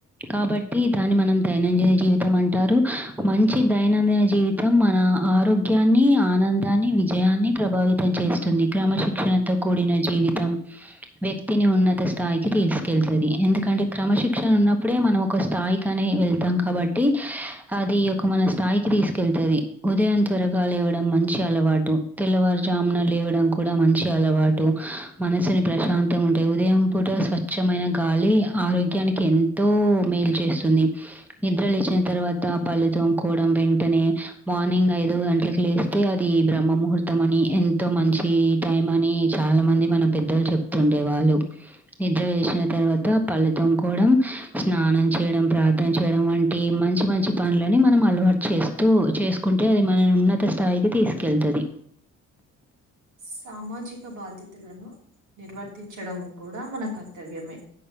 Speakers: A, in the centre; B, on the right.
A: కాబట్టి దాన్ని మనం దైనందిన జీవితం అంటారు మంచి దైనందిన జీవితం మన ఆరోగ్యాన్ని ఆనందాన్ని విజయాన్ని ప్రభావితం చేస్తుంది క్రమశిక్షణతో కూడిన జీవితం వ్యక్తిని ఉన్నత స్థాయికి తీసుకెళ్తుంది ఎందుకంటే క్రమశిక్షణ ఉన్నప్పుడే మనం ఒక స్థాయికినే వెళ్తాం కాబట్టి అది ఒక మన స్థాయికి తీసుకెళ్తుంది ఉదయం త్వరగా లేవడం మంచి అలవాటు తెల్లవారుజామున లేవడం కూడా మంచి అలవాటు మనసుని ప్రశాంతంగా ఉంటాయి ఉదయం పూట స్వచ్ఛమైన గాలి ఆరోగ్యానికి ఎంతో మే లు చేస్తుంది నిద్ర లేచ్చిన తర్వాత పళ్లుతోకోవడం వెంటనే మార్నింగ్ ఐదో గంటలకు లేస్తే అది బ్రహ్మ ముహూర్తం అని ఎంతో మంచి టైం అని చాలా మంది మన పెద్దలు చెప్తుండేవాళ్ళు నిద్ర వేసిన తర్వాత పళ్ళుతోకోవడం స్నానం చేయడం ప్రార్థన చేయడం వంటి మంచి మంచి పనులని మనం అలవాటు చేస్తూ చేసుకుంటే అది మన ఉన్నత స్థాయికి తీసుకెళ్తుంది
B: సామాజిక బాధ్యతలను నిర్వర్ ర్తించడం కూడా మన కర్తవ్యమే